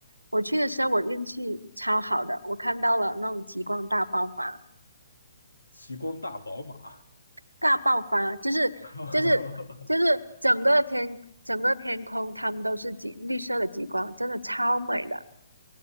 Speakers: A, on the right; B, on the left.
A: 我去的时候我运气超好的，我看到了那种极光大爆发，
B: 极光大宝马，
A: 大爆发啊，就是就是就是整个天整个天空，
B: <laughs>
A: 它们都是极绿色的极光，真的超美的。